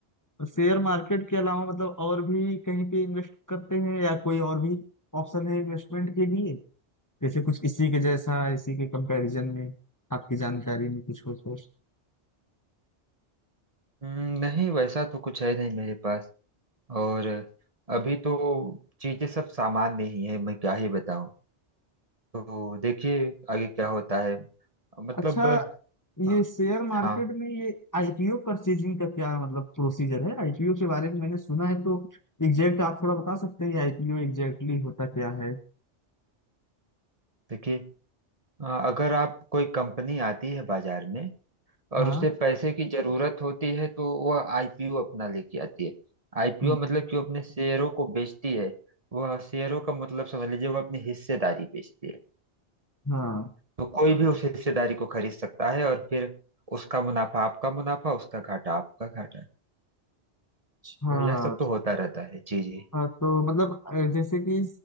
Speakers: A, on the left; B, on the right.
A: शेयर मार्केट के अलावा मतलब और भी कहीं पे इन्वेस्ट करते हैं या कोई और भी ऑप्शन है इन्वेस्टमेंट के लिए जैसे कुछ इसी के जैसा इसी के कंपैरिजन में आपकी जानकारी में कुछ हो तो
B: हम्म, नहीं वैसा तो कुछ है नहीं मेरे पास और अभी तो चीजें सब सामान्य ही है मैं क्या ही बताऊं तो देखिए आगे क्या होता है मतलब
A: अच्छा ये
B: अ,
A: शेयर मार्केट
B: हाँ
A: में ये आईपीओ परचेजिंग का क्या मतलब प्रोसीजर है आईपीओ के बारे में मैंने सुना है तो एग्जैक्ट आप थोड़ा बता सकते हैं आईपीओ एग्जैक्टली होता क्या है
B: देखिए अ, अगर आप कोई कंपनी आती है बाजार में और
A: हाँ
B: उसे पैसे की जरूरत होती है तो वह आईपीओ अपना लेके आती है आईपीओ
A: हम्म,
B: मतलब कि वो अपने शेयरों को बेचती है वह शेयरों का मतलब समझ लीजिए वह अपनी हिस्सेदारी बेचती है
A: हाँ
B: तो कोई भी उस हिस्सेदारी को खरीद सकता है और फिर उसका मुनाफा आपका मुनाफा उसका घाटा आपका घाटा
A: अच्छा
B: तो यह सब तो होता रहता है जी जी
A: हाँ तो मतलब अ, जैसे कि